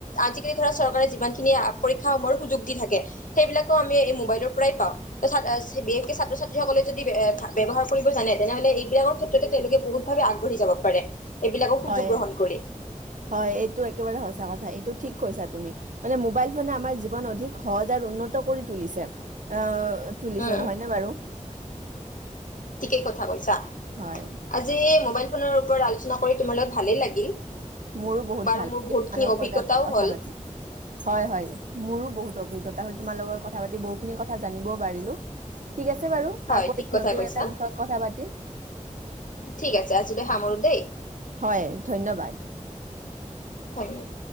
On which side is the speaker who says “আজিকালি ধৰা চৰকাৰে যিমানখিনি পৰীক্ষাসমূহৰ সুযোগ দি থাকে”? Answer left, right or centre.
Left